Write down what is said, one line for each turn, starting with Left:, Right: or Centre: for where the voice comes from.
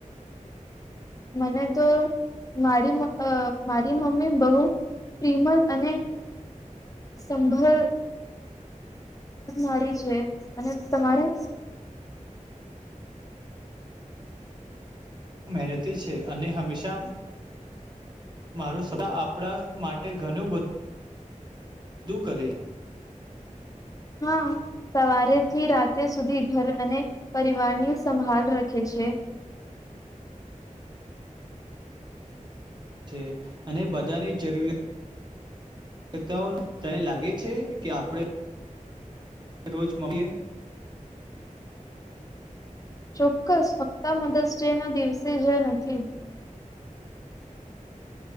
Left: મને તો મારી અ મારી મમ્મી બહુ પ્રિમલ અને સંભલ <unintelligible> છે અને તમારે?
Right: મહેનતી છે અને હંમેશા મારું સદા આપણા માટે ઘણું બધું બધું કરે છે.
Left: હા સવારે થી રાતે સુધી ઘર અને પરિવારની સંભાળ રખે છે.
Right: છે અને બધાની જરૂરિયાત <unintelligible> તને લાગે છે કે આપડે રોજ <unintelligible>
Left: ચોક્કસ ફક્ત મદર્સ ડેના દિવસે જ નથી